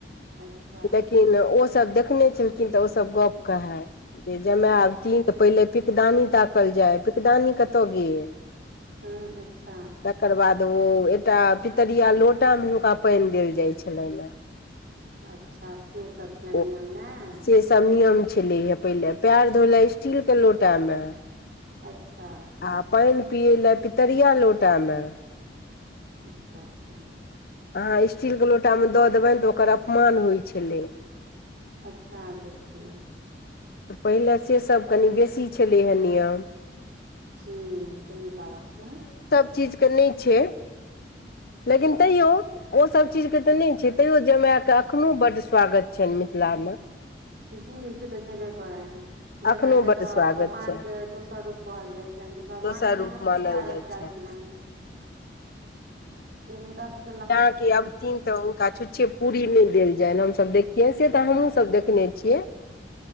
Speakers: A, on the right; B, on the left.
A: अच्छा
B: लेकिन ओसभ देखने छलखिन तऽ ओसभ गप्प कहै जे जमायबथिन
A: अच्छा
B: तऽ पहिले पिकदानी ताकल जाय पिकदानी कतय गेल
A: हूँ अच्छा
B: तकर बाद ओ एकटा पितरिया लोटामे हुनका पानि देल जाइ छलनि हे
A: अच्छा से सब छले
B: ओ
A: नियमे ने
B: से सब नियम छलै हे पहिले पैड़ धोले स्टील के लोटा मे
A: अच्छा
B: आ पानि पियै लए पितरिया लोटामे
A: अच्छा अच्छा <unintelligible>
B: अहाँ स्टीलके लोटामे दऽ देबनि तऽ ओकर अपमान होइ छलै
A: अच्छा देखियौ
B: पहिले सेसभ कनि बेसी छलै हेँ नियम
A: जी सही बात छै
B: चीज के नहि छै लेकिन तैयो ओसभ चीजके तऽ नहि छै तैयो जमाएकेऽ एखनोहु बड्ड स्वागत छनि मिथिलामे
A: जी से तऽ छैबे करैैन जमाय
B: एखनो
A: के
B: बड्ड
A: तऽ
B: स्वागत
A: भगवानके
B: छनि
A: दोसर रूप कहल जाई छनि जे भगवान
B: दोसर
A: एक दिना
B: रूप
A: हुनको
B: मानल
A: स्वागत
B: जाइ
A: चल
B: छनि
A: च लन <unintelligible>
B: <inaudible>
A: जे हुनकासे <unintelligible>
B: जहाँ क अबथिन तऽ छुच्छे पूरी नहि देल जय हमस देखियै से तऽ हमहूँ सब देखने छियै